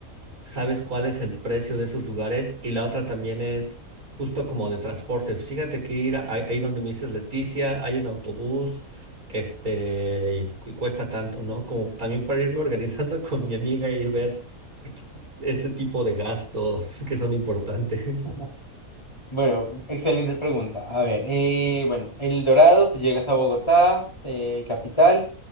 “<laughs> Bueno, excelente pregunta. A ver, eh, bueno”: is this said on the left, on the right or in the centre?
Left